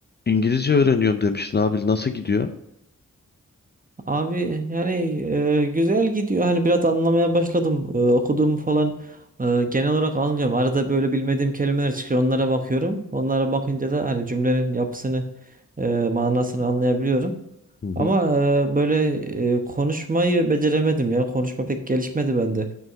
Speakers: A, on the left; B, on the right.
A: İngilizce öğreniyorum demiştin abi. Nasıl gidiyor?
B: Abi yani e, güzel gidiyor. Hani biraz anlamaya başladım. E, okuduğumu falan e, genel olarak anlıyorum. Arada böyle bilmediğim kelimeler çıkıyor. Onlara bakıyorum. Onlara bakınca da hani cümlenin yapısını, e, manasını anlayabiliyorum.
A: Hı hı,
B: Ama e, böyle e, konuşmayı beceremedim ya. Konuşma pek gelişmedi bende.